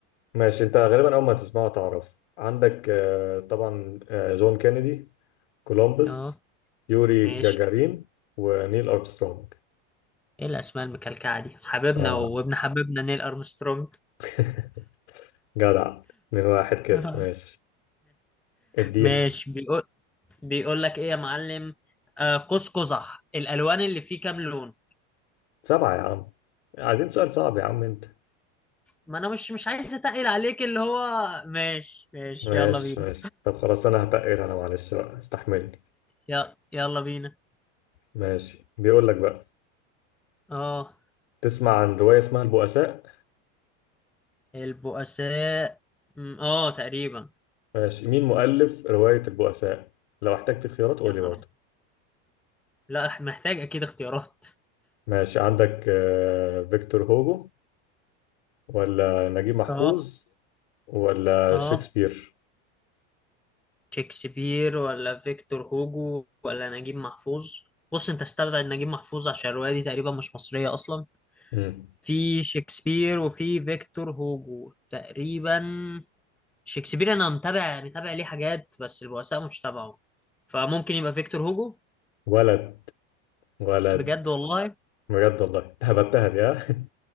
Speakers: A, on the left; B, in the centre.
A: ماشي انت غالبا اول ما تسمعه تعرف عندك آه، طبعا آه، جون كينيدي كولومبوس
B: اه
A: يوري
B: ماشي
A: جاجارين ونيل ارمسترونج
B: ايه الاسماء المكلكعه دي حبيبنا
A: اه
B: وابن حبيبنا نيل ارمسترونج
A: <laughs> جدع من واحد كده
B: <laughs>
A: ماشي ادينا
B: ماشي بيقول بيقول لك ايه يا معلم آه قوس قزح الالوان اللي فيه كام لون
A: سبعة يا عم عايزين سؤال صعب يا عم انت
B: ما انا مش مش عايز اتقل عليك اللي هو ماشي ماشي
A: ماشي
B: يلا بينا
A: ماشي طب خلاص انا هتقر انا معلش بقى استحملني
B: يلا يلا بينا
A: ماشي بيقول لك بقى
B: اه
A: تسمع عن رواية اسمها البؤساء
B: البؤساء أمم، اه تقريبا
A: ماشي مين مؤلف رواية البؤساء لو احتجت خيارات قول
B: يا نهار
A: لي برضه
B: أبيض. لا إح- محتاج اكيد اختيارات
A: ماشي عندك آه، فيكتور هوجو ولا نجيب محفوظ
B: اه
A: ولا
B: اه
A: شكسبير
B: شكسبير ولا فيكتور هوجو ولا نجيب محفوظ بص انت استبعد نجيب محفوظ عشان الرواية دي تقريبا مش مصرية اصلا
A: مم.
B: في شكسبير وفي فيكتور هوجو تقريبا شكسبير انا متابع متابع ليه حاجات بس البؤساء مش تابعه فممكن يبقى فيكتور هوجو
A: ولد ولد
B: بجد والله
A: بجد والله هبتها دي ها